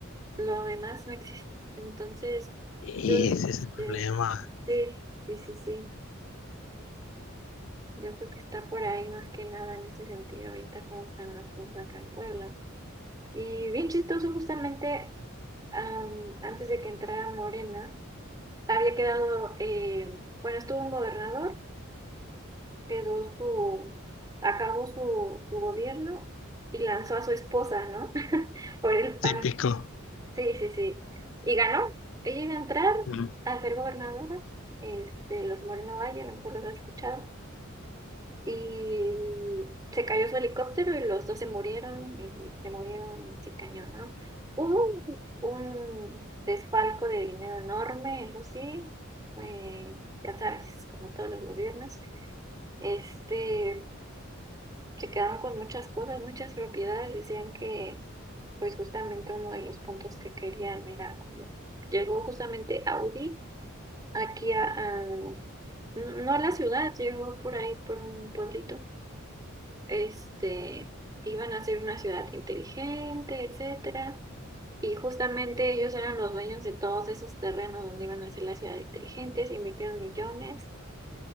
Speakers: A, on the right (about 20°); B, on the left (about 60°).
A: lo demás no existe. Entonces,
B: Y
A: yo
B: ese es el problema
A: siento, sí, sí, sí, sí, yo creo que está por ahí más que nada en ese sentido ahorita cómo están las cosas acá en Puebla. Y bien chistoso, justamente am, antes de que entrara Morena, había quedado, eh, bueno, estuvo un gobernador quedó su, acabó su, su gobierno y lanzó a su esposa, ¿no? <laughs> Por el PAN.
B: típico.
A: Sí, sí, sí. Y ganó. Ella iba a entrar
B: Mm.
A: a ser gobernadora. Este, los Moreno Valle, a lo mejor los has escuchado. Y se cayó su helicóptero y los dos se murieron y se murieron sin cañón, ¿no? Hubo un desfalco de dinero enorme, eso sí, eh, ya sabes, como todos los gobiernos. Este, se quedaron con muchas cosas, muchas propiedades. Decían que, pues justamente uno de los puntos que querían era como, llegó justamente Audi aquí a, a- n- no a la ciudad, llegó por ahí, por un pueblito. Este, iban a ser una ciudad inteligente, etcétera. Y justamente ellos eran los dueños de todos esos terrenos donde iban a ser la ciudad inteligente, se invirtieron millones.